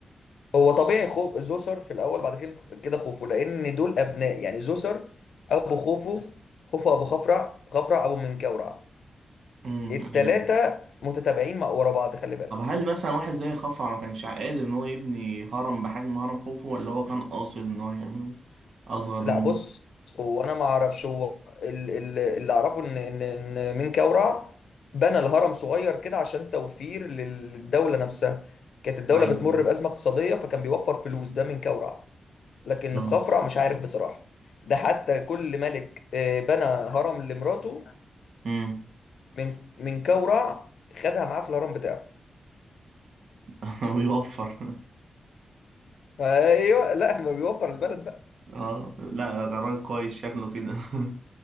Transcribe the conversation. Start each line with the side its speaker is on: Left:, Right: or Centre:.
Left: هو طبيعي خوف زوسر في الاول بعد كده كده خوفو لان دول ابناء يعني زوسر ابو خوفو خوفو ابو خفرع خفرع ابو منكورع
Right: امم
Left: التلاتة
Right: أيوة.
Left: متتابعين مع ورا بعض خلي بالك
Right: طب هل مثلا واحد زي خفرع ما كانش قادر ان هو يبني هرم بحجم هرم خوفو ولا هو كان قاصد ان هو يعمله اصغر
Left: لا
Right: من
Left: بص هو انا ما اعرفش هو ال- ال- اللي اعرفه ان ان ان منكورع بنى الهرم صغير كده عشان توفير لل- للدولة نفسها كانت الدولة
Right: ايوه
Left: بتمر بأزمة اقتصادية فكان بيوفر فلوس ده منكورع لكن
Right: بالظبط.
Left: الخفرع مش عارف بصراحة ده حتى كل ملك آه، بنى هرم لمراته
Right: امم
Left: من من كورع خدها معاه في الهرم بتاعه
Right: <laughs> ويوفر
Left: ايوه لا ما بيوفر البلد بقى
Right: اه لا ده قرار كويس شكله كده <laughs>